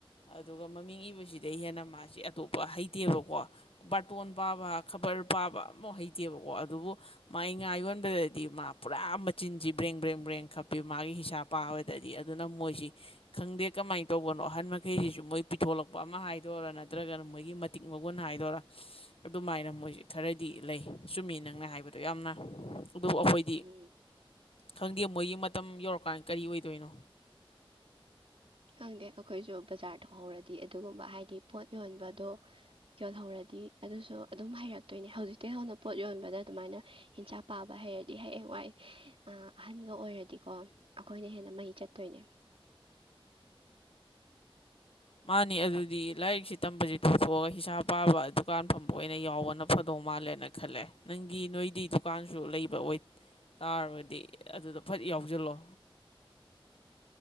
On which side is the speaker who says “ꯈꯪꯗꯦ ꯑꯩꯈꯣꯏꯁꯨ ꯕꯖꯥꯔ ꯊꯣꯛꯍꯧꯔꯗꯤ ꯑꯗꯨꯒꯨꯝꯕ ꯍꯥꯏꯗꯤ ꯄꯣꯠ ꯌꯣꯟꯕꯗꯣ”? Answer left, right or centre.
Right